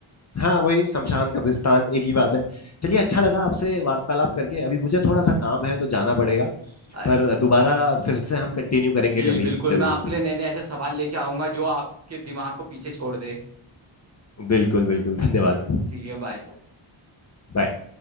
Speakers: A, on the left; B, on the right.
A: हाँ वही शमशान कब्रिस्तान एक ही बात है चलिए अच्छा लगा आपसे वार्तालाप करके अभी मुझे थोड़ा सा काम है तो जाना पड़ेगा
B: अरे,
A: पर दोबारा फिर से हम कंटिन्यू करेंगे
B: जी
A: कभी
B: बिल्कुल
A: जरूर
B: मैं आपके लिए नए नए ऐसे सवाल लेके आऊंगा जो आपके दिमाग को पीछे छोड़ दे
A: बिल्कुल बिल्कुल धन्यवाद
B: चलो ठीक है बाय
A: बाय